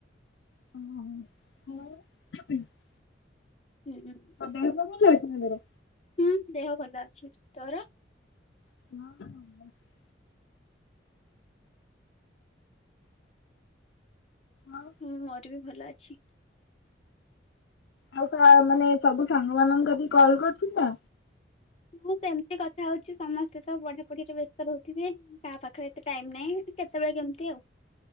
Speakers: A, on the left; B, on the left.
A: <unintelligible> ହାଲୋ। <unintelligible>
B: ହୁଁ ହୁଁ
A: ଦେହ ପା ଭଲ ଅଛିନା ତୋର।
B: ହୁଁ ଦେହ ଭଲ ଅଛି ତୋର
A: <unintelligible> ଆଉ
B: ହୁଁ ମରବି ଭଲ ଅଛି।
A: ଆଉ ତା ମାନେ ସବୁ ସାଙ୍ଗ ମାନଙ୍କ କତିକି କଲ କରୁଛୁତ।
B: ହଁ ସେମିତି କଥା ହଉଛି ସମସ୍ତେତ ପଢା ପଢିରେ ବ୍ୟସ୍ତ ରହୁଥିବେ। କାହା ପାଖରେ ଏତେ ଟାଇମ ନାହିଁ କେତେବେଳେ କେମିତି ଆଉ